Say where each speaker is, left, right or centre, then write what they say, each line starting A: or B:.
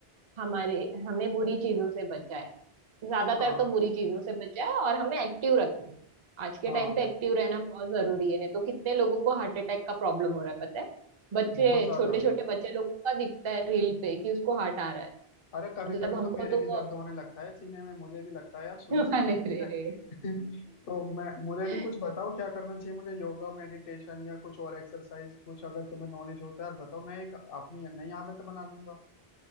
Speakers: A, on the right; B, on the left.
A: हमारे हमें बुरी चीजों से बचाए ज्यादातर
B: हाँ
A: तो बुरी चीजों से बचाए और हमें एक्टिव रखे आज के
B: हाँ
A: टाइम पे एक्टिव रहना बहुत जरूरी है नहीं तो कितने लोगों को हार्ट अटैक का प्रॉब्लम हो रहा है पता है बच्चे
B: बहुत ज्यादा
A: छोटे छोटे बच्चे लोगों का दिखता है रील पे कि उसको हार्ट आ रहा है
B: अरे कभी
A: मतलब
B: कभी
A: हमको
B: तो मेरे
A: तो
B: भी दर्द होने लगता है सीने में मुझे भी लगता है यार सुई
A: <laughs>
B: से
A: अरे
B: चुभ रही
A: रे
B: है
A: रे
B: <laughs> तो मैं मुझे
A: <laughs>
B: भी कुछ बताओ क्या करना चाहिए मुझे योगा मेडिटेशन या कुछ और एक्सरसाइज कुछ अगर तुम्हें नॉलेज होता है यार बताओ मैं एक अपनी नई आदत बना लूंगा